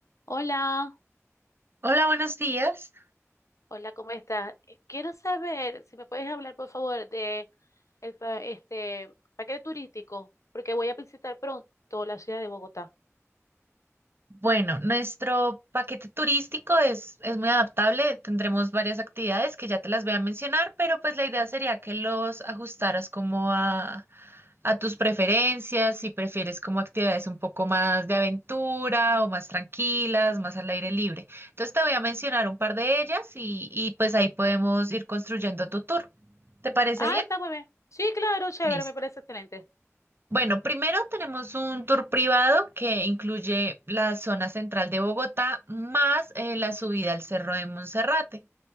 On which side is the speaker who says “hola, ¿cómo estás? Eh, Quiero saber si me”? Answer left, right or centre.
Left